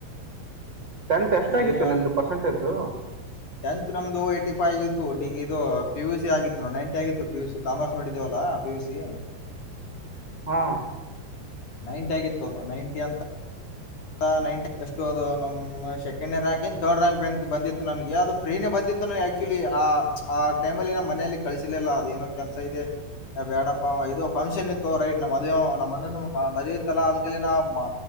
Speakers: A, on the right; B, on the left.
A: ಟೆಂತ್ ಎಷ್ಟಾಗಿತ್ತು
B: ಅಲ್ಲಿ ಅಲ್ಲಿ
A: ನಿಂದು ಪರ್ಸೆಂಟೇಜು
B: ಟೆಂತ್ ನಮ್ದು ಎಟಿಫೈ ಆಗಿತ್ತು ಡಿಗ್ ಇದು ಪಿ ಯು ಸಿ ಆಗಿತ್ತು ನೋಡ್ ನೈಂಟಿ ಆಗಿತ್ತು. ಪಿ ಯು ಸಿ ಕಾಮರ್ಸ್ ಮಾಡಿದ್ದೇವಲ್ಲಾ ಪಿ ಯು ಸಿ
A: ಹಾ
B: ನೈಂಟಿ ಆಗಿತ್ತು ಅದು ನೈಂಟಿ ಅಂತ ಅ ನೈಂಟಿ ಏಷ್ಟು ಅದು ನಮ್ ಸೆಕೆಂಡ್ನೇ ರಾಂಕ್ ಎನ್ ಥರ್ಡ್ ರಾಂಕ್ ಬಂದ್ ಬಂದಿತ್ತು ನನಗೆ ಅದು ಫ್ರೀನೇ ಬಂದಿತ್ತು ನ ಆಕ್ಚುಲಿ ಆ ಆ ಟೈಮ ಅಲ್ಲಿ ನ ಮನೆಯಲ್ಲಿ ಕಳಸಲಿಲ್ಲ ಅದ ಏನೋ ಕೆಲ್ಸ ಇದೆ ಏ ಬ್ಯಾಡಪ್ಪಾ ಅಂವ್ ಇದು ಫಂಕ್ಷನ್ ಇತ್ತೊ ರೈಟ್ ನಮ್ಮ್ ಅದೇ ನಮ್ಮಣನ್ ಮ ಮದ್ವಿ ಇತ್ತಲಾ ಅದಕಲೆ ನಾ ಮ